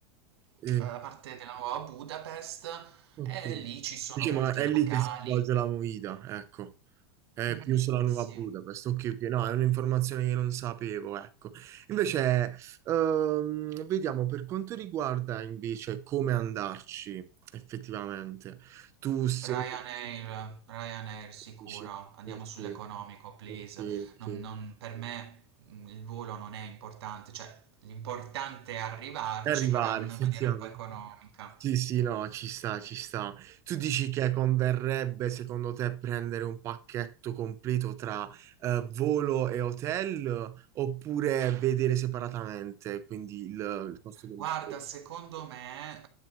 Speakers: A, on the right; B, on the right.
A: ehm,
B: Eh,
A: da parte della nuova Budapest
B: ok.
A: e lì ci sono
B: Diciamo,
A: molti
B: è lì
A: locali.
B: che si svolge la movida, ecco. È
A: Mh-mh,
B: più sulla nuova
A: sì.
B: Budapest, ok, ok, no, è un'informazione che non sapevo, ecco. Invece, ehm, vediamo per quanto riguarda invece come andarci effettivamente. Tu sei...
A: Ryanair, Ryanair sicuro,
B: dici,
A: andiamo
B: Ok,
A: sull'economico, please.
B: ok, ok.
A: Non non per me, mhmm, il volo non è importante, cioè l'importante è arrivarci,
B: E arrivare
A: però in una
B: effettivamente.
A: maniera un po' economica.
B: Sì, sì, no, ci sta, ci sta. Tu dici che converrebbe secondo te prendere un pacchetto completo tra eh, volo e hotel oppure vedere separatamente, quindi il, il costo del
A: Guarda,
B: volo?
A: secondo me,